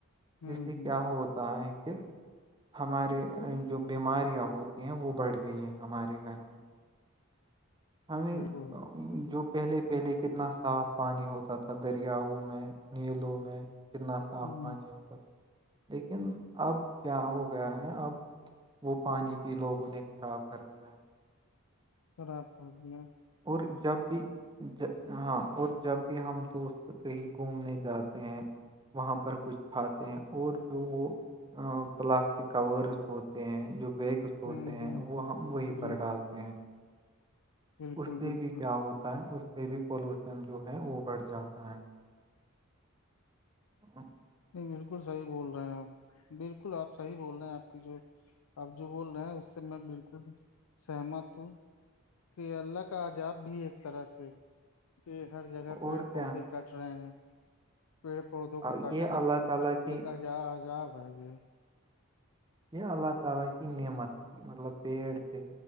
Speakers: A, on the left (about 85°); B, on the right (about 20°).
A: ہ
B: جس
A: ہ
B: سے کیا ہوتا ہے کہ ہمارے جو بیماریاں ہوتی ہیں وہ بڑھ گئی ہیں ہمارے گھر میں ہمیں
A: بالکل
B: جو پہلے پہلے کتنا صاف پانی ہوتا تھا دریاؤں میں نیلوں میں کتنا صاف
A: ہ
B: پانی ہوتا تھا لیکن اب کیا ہو گیا ہے اب وہ پانی بھی لوگوں نے خراب کر دیا ہے
A: خراب ہوڑ دیا
B: اور جب بھی ج ہاں اور جب بھی ہم دوست کہیں گھومنے جاتے ہیں وہاں پر کچھ کھاتے ہیں اور جو وہ پلاسٹک کورس ہوتے ہیں جو بیگس ہوتے
A: ہوں
B: ہیں
A: ہوں
B: وہ
A: ہ
B: ہم وہی
A: جی
B: پر ڈالتے کہ
A: بالکل
B: اس سے
A: بالکل
B: بھی کیا ہوتا ہے اس سے بھی پولوشن جو ہے وہ بڑھ جاتا ہے ہاں
A: نہیں بالکل صحیح بول رہے ہیں آپ بالکل آپ صحیح بول رہے ہیں آپ کی جو آپ جو بول رہے ہیں اس سے میں بالکل سہمت ہوں کہ اللہ کا عجاب بھی ایک طرح سے کہ ہر جگہ پیڑ
B: اور
A: پودے
B: کیا
A: کٹ رہے ہیں پیڑ پودوں کو
B: آ،
A: کٹ
B: یہ اللہ تعالی کی
A: ع عجاب ہے گیا
B: یہ اللہ تعالی کی نعمت تھی مطلب پیڑ تھے